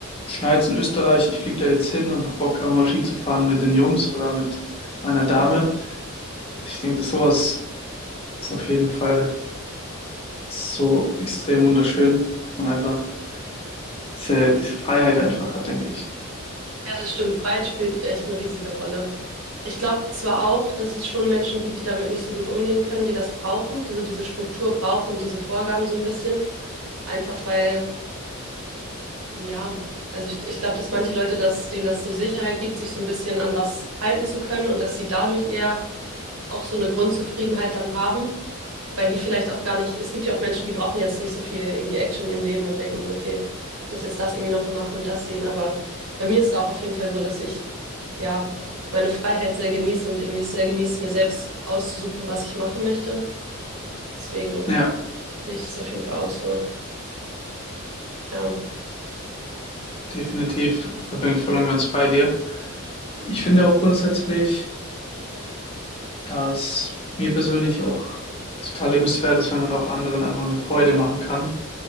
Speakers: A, on the left; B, on the right.
A: schneit's in Österreich, ich fliege da jetzt hin und hab Bock, einfach mal Ski zu fahren mit den Jungs oder mit meiner Dame.
B: Ja.
A: Ich denke, das sowas ist auf jeden Fall so extrem wunderschön und einfach diese, diese Freiheit einfach hat, denke ich.
B: Ja, das stimmt. Freiheit spielt echt eine riesige Rolle. Ich glaube zwar auch, dass es schon Menschen gibt, die damit nicht so gut umgehen können, die das brauchen, die so diese Struktur brauchen und diese Vorgaben so ein bisschen. Einfach weil, ja, also ich, ich glaube, dass manche Leute, das, denen das so Sicherheit gibt, sich so ein bisschen an was halten zu können und dass sie dadurch eher auch so eine Grundzufriedenheit dann haben. weil die vielleicht auch gar nicht, es gibt ja auch Menschen, die brauchen jetzt nicht so viel irgendwie Action in ihrem Leben und denken, okay, muss jetzt das irgendwie nochmal machen und das sehen. Aber bei mir ist es auch auf jeden Fall so, dass ich ja meine Freiheit sehr genieße und irgendwie es sehr genieße, mir selbst auszusuchen, was ich machen möchte. Deswegen
A: Ja,
B: sehe ich das auf jeden Fall auch so. Ja,
A: definitiv. Da bin ich voll und ganz bei dir. Ich finde auch grundsätzlich, dass mir persönlich auch total lebenswert ist, wenn man auch anderen einfach eine Freude machen kann.